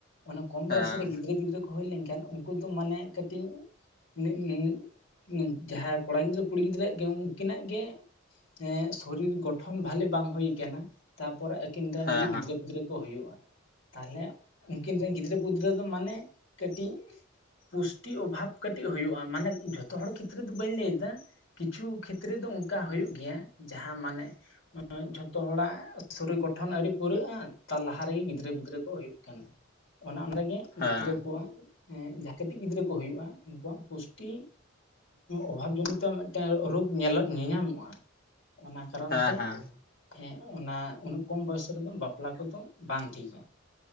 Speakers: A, on the left; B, on the left.
A: ᱚᱱᱟ ᱠᱚᱢ ᱵᱚᱭᱚᱥ
B: ᱦᱮᱸ
A: ᱨᱮ
B: ᱦᱮᱸ ᱦᱮᱸ
A: ᱜᱤᱫᱽᱨᱟᱹ ᱜᱤᱫᱽᱨᱟᱹ ᱠᱚ ᱦᱩᱭ ᱞᱮᱱᱠᱷᱟᱱ ᱩᱱᱠᱩ ᱫᱚ ᱢᱟᱱᱮ ᱠᱟᱹᱴᱤᱡ <unintelligible> ᱡᱟᱦᱟᱸᱭ ᱠᱚᱲᱟ ᱜᱤᱫᱽᱨᱟᱹ ᱠᱩᱲᱤ ᱜᱤᱫᱽᱨᱟᱹᱣᱟᱜ ᱜᱮ ᱩᱱᱠᱤᱱᱟᱜ ᱜᱮ ᱮᱸ ᱥᱚᱨᱤᱨ ᱜᱚᱴᱷᱚᱱ ᱵᱷᱟᱞᱮ ᱵᱟᱝ ᱦᱩᱭ ᱟᱠᱟᱱᱟ ᱛᱟᱯᱚᱨᱮ ᱟᱹᱠᱤᱱ ᱨᱮᱱ
B: ᱦᱮᱸ
A: ᱡᱩᱫᱤ ᱜᱤᱫᱽᱨᱟᱹ ᱯᱤᱫᱽᱨᱟᱹ ᱠᱚ ᱦᱩᱭᱩᱜᱼᱟ ᱛᱟᱦᱚᱞᱮ ᱩᱱᱠᱤᱱ ᱨᱮᱱ ᱜᱤᱫᱽᱨᱟᱹ ᱯᱤᱫᱽᱨᱟᱹ ᱫᱚ ᱢᱟᱱᱮ ᱠᱟᱹᱴᱤᱡ ᱯᱩᱥᱴᱤ ᱚᱵᱷᱟᱵ ᱠᱟᱹᱴᱤᱡ ᱦᱩᱭᱩᱜᱼᱟ ᱢᱟᱱᱮ ᱡᱷᱚ ᱛᱚ ᱦᱚᱲ ᱠᱷᱮᱛᱨᱮ ᱫᱚ ᱵᱟᱹᱧ ᱞᱟᱹᱭ ᱮᱫᱟ ᱠᱤᱪᱷᱩ ᱠᱷᱮᱛᱨᱮ ᱫᱚ ᱚᱱᱠᱟ ᱦᱩᱭᱩᱜ ᱜᱮᱭᱟ ᱡᱟᱦᱟ ᱢᱟᱱᱮ ᱡᱷᱚᱛᱚ ᱦᱚᱲᱟᱜ ᱥᱚᱨᱤᱨ ᱜᱚᱴᱷᱚᱱ ᱟᱮᱹᱨᱤ ᱯᱩᱨᱟᱹᱜᱼᱟ ᱛᱟᱨ ᱞᱟᱦᱟ ᱨᱮᱜᱮ ᱜᱤᱫᱽᱨᱟᱹ ᱯᱤᱫᱽᱨᱟᱹ ᱠᱚ ᱦᱩᱭᱩᱜ ᱠᱟᱱᱟ ᱚᱱᱟ ᱚᱸᱰᱮ ᱜᱮ
B: ᱦᱮᱸ
A: ᱜᱤᱫᱽᱨᱟᱹ ᱠᱚᱣᱟᱜ ᱡᱟᱦᱟ ᱠᱟᱹᱴᱤᱡ ᱜᱤᱫᱽᱨᱟᱹ ᱠᱚ ᱦᱩᱭᱩᱜᱼᱟ ᱩᱱᱠᱩᱣᱟᱜ ᱯᱩᱥᱴᱤ ᱚᱵᱷᱟᱵᱽ ᱡᱚᱱᱤᱛ ᱢᱤᱫᱴᱮᱱ ᱨᱳᱜᱽ ᱧᱮᱞᱚᱜ ᱧᱮᱧᱟᱢᱚᱜᱼᱟ ᱚᱱᱟ ᱠᱟᱨᱚᱱ
B: ᱦᱮᱸ
A: ᱛᱮ
B: ᱦᱮᱸ
A: ᱦᱮᱸ ᱚᱱᱟ ᱩᱱᱟᱹᱜ ᱠᱚᱢ ᱵᱚᱭᱚᱥ ᱨᱮᱫᱚ ᱵᱟᱯᱞᱟ ᱠᱚᱫᱚ ᱵᱟᱝ ᱴᱷᱤᱠ ᱟ᱾